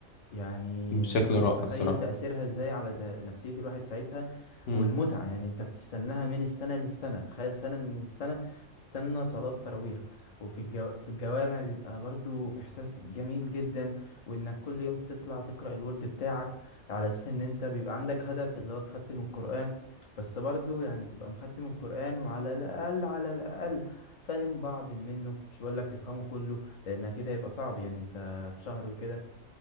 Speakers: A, on the left (about 50°); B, on the left (about 70°).
A: يعني
B: بشكل
A: مش
B: رائع
A: متخيل
B: الصراحة
A: تأثيرها ازاي على ت- نفسية الواحد ساعتها
B: امم
A: والمتعة يعني انت بتستناها من السنة للسنة تخيل سنة من السنة بتستنى صلاة تراويح وفي الجو... في الجوامع بيبقى برضو إحساس جميل جدا وإنك كل يوم تطلع تقرأ الورد بتاعك على أساس إن أنت بيبقى عندك هدف اللي هو تختم القرآن بس برضو يعني تبقى مختم القرآن وعلى الأقل على الأقل فاهم بعض منه مش بقول لك تفهمه كله لأن كده يبقى صعب يعني أنت في شهر وكده